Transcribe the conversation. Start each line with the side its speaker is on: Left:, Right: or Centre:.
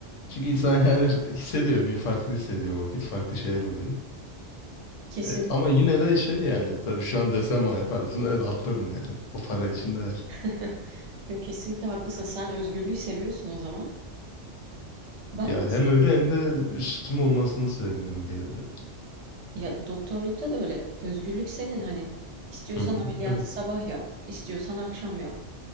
Left: Çünkü insan <laughs> yani hissediyor, bir farklı hissediyor o vakit, farklı şeyler oluyor.
Right: Kesinlikle.
Left: E, ama yine de şey yani, tabii şu an desem bana yapar mısın? Evet atlarım yani. O para için değer.
Right: <laughs> Yok kesinlikle haklısın. Sen özgürlüğü seviyorsun o zaman. Ben
Left: Ya
Right: de
Left: hem
Right: seviyorum.
Left: öyle hem de üstüm olmasını sevmiyorum bir yerde.
Right: Ya, doktorlukta da öyle. Özgürlük senin, hani, istiyorsan
Left: Hı hı.
Right: ameliyatı
Left: Evet.
Right: sabah yap, istiyorsan akşam yap.